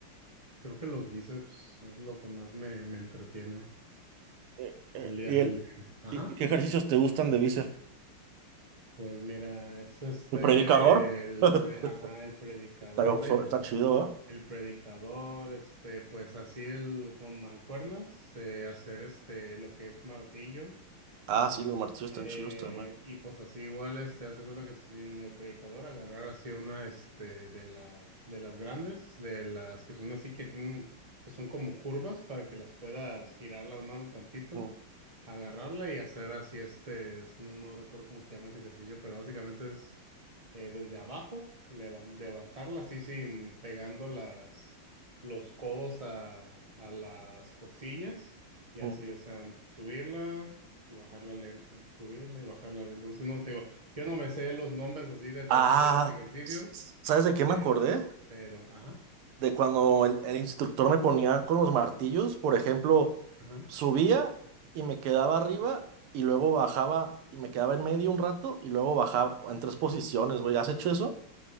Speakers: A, on the right; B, on the right.
A: Creo que los bíceps es lo que más me, me entretiene.
B: Eh, eh,
A: El día,
B: ¿y, el,
A: el- ajá.
B: y- y qué ejercicios te gustan de bíceps?
A: Pues mira, es este
B: ¿El predicador?
A: el
B: <laughs>
A: pre- ajá, el predicador
B: Está,
A: de
B: está
A: <laughs>
B: chido, ¿ah?
A: el predicador, este, pues así el con mancuernas, eh, hacer este lo que es martillo.
B: Ah, sí, los martillos
A: eh,
B: están chidos también.
A: y pues así igual este haz de cuenta que sin el predicador agarrar así una este de las de las grandes, de las que son así que tienen, que son como curvas para que las puedas girar las manos tantito.
B: Mm,
A: agarrarla y hacer así este, es que no, no recuerdo cómo se llama ese ejercicio, pero básicamente es eh, desde abajo, levan- levantarla así sin pegando las, los codos a, a las costillas y así,
B: mm.
A: o sea, subirla y bajarla lento, subirla y bajarla lento. Entonces, no te digo, yo no me sé los nombres así de, de
B: Ah,
A: todos los ejercicios,
B: s- s- ¿sabes de qué
A: eh,
B: me acordé?
A: pe- pero, ajá,
B: de cuando el, el instructor me ponía con los martillos, por ejemplo,
A: ajá.
B: subía y me quedaba arriba y luego bajaba y me quedaba en medio un rato y luego bajaba en tres posiciones, güey. ¿Has hecho eso?